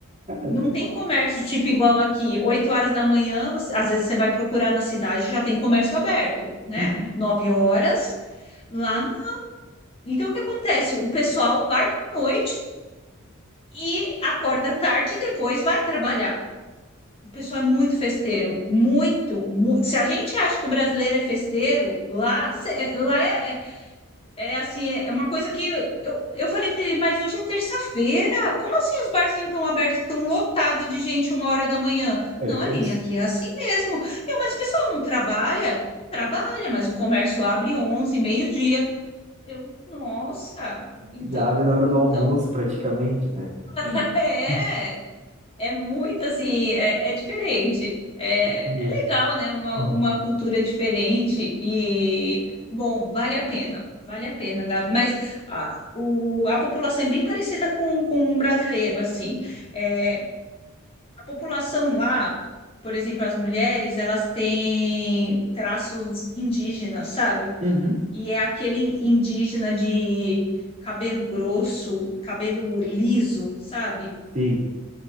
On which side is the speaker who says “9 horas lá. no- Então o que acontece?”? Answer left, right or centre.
Left